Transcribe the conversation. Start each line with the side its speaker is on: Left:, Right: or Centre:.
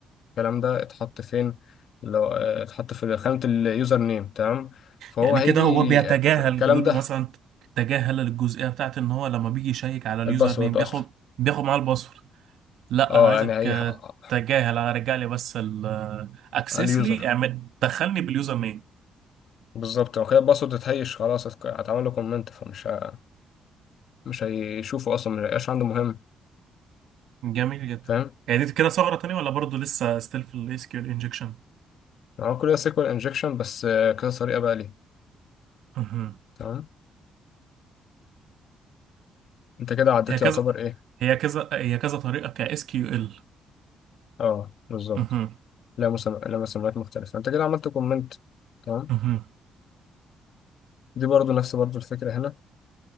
Left: الكلام ده اتحط فين اللي هو آه، اتحط في خانه اليوزر نيم تمام فهو
Right: يعني
Left: هيجي
Right: كده هو بيتجاهل
Left: في الكلام
Right: بيقول
Left: ده
Right: له مثلا تجاهل الجزئيه بتاعت ان هو لما بيجي يشيك على اليوزر
Left: الباسورد
Right: نيم بياخد
Left: اصلا
Right: بياخد معاه الباسورد لا
Left: اه
Right: انا عايزك
Left: يعني هي
Right: آه،
Left: آه،
Right: تجاهل انا رجع لي بس الاكسس
Left: اليوزر
Right: لي اعمل دخلني باليوزر نيم
Left: بالظبط هو كده الباسورد اتهيش خلاص اتك- اتعمل له كومنت فمش ه- مش هيشوفه اصلا مش هيبقاش عنده مهم
Right: جميل جدا
Left: فاهم
Right: يعني دي كده ثغرة تانية ولا برضو لسه ستيل في الاس كيو ال انجكشن
Left: هو كل ده سيكوال انجكشن بس آه، كذا طريقه بقى ليه
Right: مهم.
Left: تمام انت كده عديت
Right: هي كذا
Left: يعتبر ايه
Right: هي كذا هي كذا طريقة ك اس كيو ال
Left: اه بالظبط
Right: مهم.
Left: لا مسم... لا مسميات مختلفه انت كده عملت كومنت تمام
Right: مهم.
Left: دي برضو نفس برضو الفكره هنا